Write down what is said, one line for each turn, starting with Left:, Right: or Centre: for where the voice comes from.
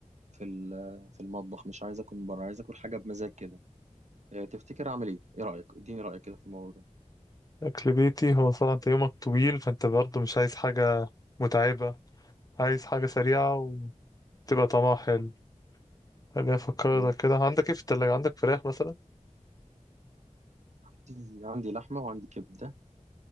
Right: في ال- آه، في المطبخ مش عايز اكل من بره عايز اكل حاجه بمزاج كده آه، تفتكر اعمل ايه ايه رايك اديني رايك كده في الموضوع ده
Left: اكل بيتي هو صراحة انت يومك طويل فانت برضه مش عايز حاجة متعبة عايز حاجة سريعة وتبقى طعمها حلو خليني افكرك
Right: مم.
Left: كده عندك ايه في التلاجة عندك فراخ مثلا
Right: عندي عندي لحمه وعندي كبده